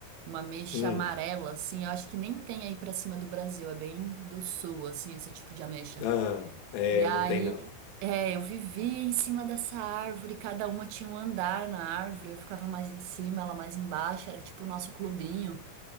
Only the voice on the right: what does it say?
uma ameixa
amarela, assim, eu acho que nem tem aí pra cima do Brasil, é bem do sul, assim, esse tipo de ameixa.
E aí,
é, eu vivia em cima dessa árvore, cada uma tinha um andar na árvore, eu ficava mais em cima, ela mais embaixo, era tipo o nosso clubinho.